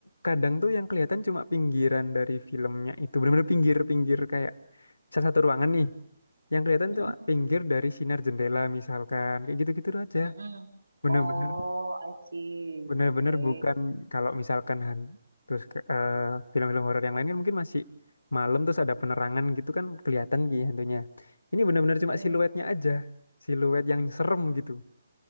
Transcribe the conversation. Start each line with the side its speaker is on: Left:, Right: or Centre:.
Left: kadang tuh yang kelihatan cuma pinggiran dari filmnya itu bener-bener pinggir-pinggir kayak salah satu ruangan nih. Yang kelihatan
Right: Mm-mm.
Left: cuma pinggir dari sinar jendela misalkan kayak gitu-gitu aja.
Right: Mm-mm.
Left: Bener-bener
Right: Oh, I see.
Left: Bener-bener
Right: Oke.
Left: bukan kalau misalkan han- terus ke- eh, film-film horor yang lain kan mungkin masih malam terus ada penerangan gitu kan kelihatan gitu hantunya. Ini bener-bener
Right: Mm-mm.
Left: cuma siluetnya aja, siluet yang serem gitu.